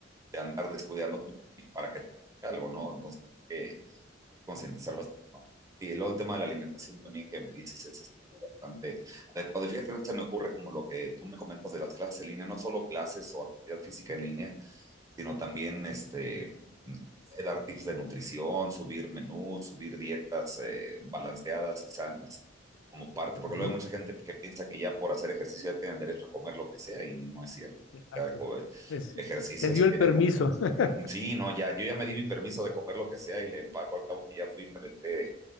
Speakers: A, on the right (about 15°); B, on the left (about 80°).
A: de andar descuidándote para que te pase algo, ¿no? Entonces, hay que, concientizar a las personas. Y luego el tema de la alimentación también que me dices es este, algo bastante adecuado. Y fíjate que se me ocurre como lo que tú me comentas de las clases en línea, no solo clases o actividad física en línea, sino también este, no sé, dar tips de nutrición, subir menús, subir dietas eh, balanceadas y sanas como parte, porque
B: Ujú,
A: luego hay mucha gente que piensa que ya por hacer ejercicio ya tienen derecho a comer lo que sea y no es cierto. O
B: Exacto.
A: sea, co- El
B: Es,
A: ejercicio
B: se dio
A: se
B: el
A: tiene
B: permiso.
A: como
B: <laughs>
A: Mm, Sí, no, ya, yo ya me di mi permiso de comer lo que sea y le empaco al cabo que ya fui, me renté